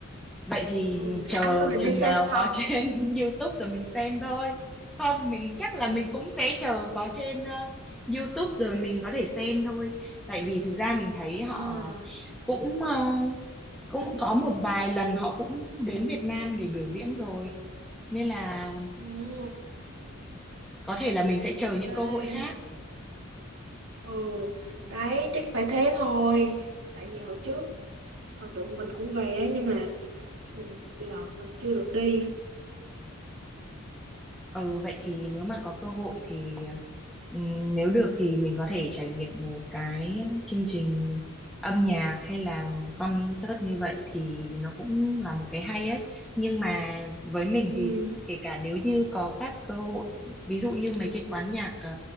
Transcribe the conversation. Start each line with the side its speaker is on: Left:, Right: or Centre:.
Centre: Vậy thì
Right: Ừ,
Centre: chờ
Right: thế anh có định
Centre: chừng
Right: đi xem
Centre: nào
Right: không?
Centre: có trên <laughs> YouTube rồi mình xem thôi. Không, mình chắc
Right: <laughs>
Centre: là mình cũng sẽ chờ có trên ờ, YouTube rồi mình có thể xem thôi. Tại vì thực ra mình thấy họ
Right: À,
Centre: cũng ờ, cũng có một vài lần họ cũng đến Việt Nam để biểu diễn rồi. Nên là
Right: ừ,
Centre: có thể là mình sẽ chờ
Right: ok.
Centre: những cơ hội khác.
Right: Ừ, đấy, chắc phải thế thôi. Tại vì hồi trước thần tượng mình cũng về á, nhưng mà mình vì bọn mình chưa được đi.
Centre: Ừ, vậy thì nếu mà có cơ hội thì ờ, ừm, nếu được thì mình có thể trải nghiệm một cái chương trình âm nhạc hay là concert như vậy thì nó cũng là một cái hay ấy. Nhưng mà với mình
Right: Ừ,
Centre: thì kể cả nếu như có các cơ hội, ví dụ như mấy cái quán nhạc ờ,